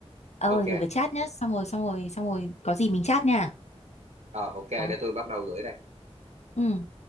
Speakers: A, on the left; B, on the right.
A: Ờ,
B: Ok,
A: gửi vào chat nhá. Xong rồi, xong rồi, xong rồi. Có gì mình chat nha.
B: ờ, ok để
A: Ok.
B: tôi bắt đầu gửi đây.
A: Ừ.